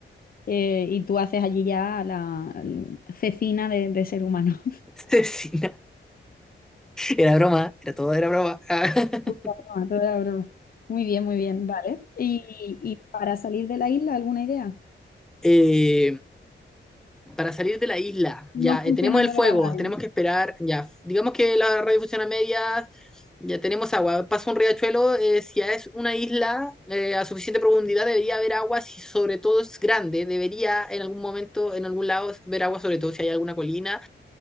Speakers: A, on the left (about 50°); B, in the centre.
A: Eh, y tú haces allí ya la, la cecina de, de ser humano.
B: <laughs> Cecina. Era broma, era todo, era broma. <laughs>
A: Ah, toda broma. Muy bien, muy bien, vale. ¿Y, y para salir de la isla, alguna idea?
B: Eh, para salir de la isla. Ya,
A: No funciona
B: eh, tenemos el
A: lo
B: fuego,
A: de la radio.
B: tenemos que esperar. Ya, digamos que la radio funciona a medias, ya tenemos agua. Pasa un riachuelo, eh, si ya es una isla eh, a suficiente profundidad, debería haber agua, si sobre todo es grande, debería en algún momento, en algún lado, ver agua, sobre todo si hay alguna colina.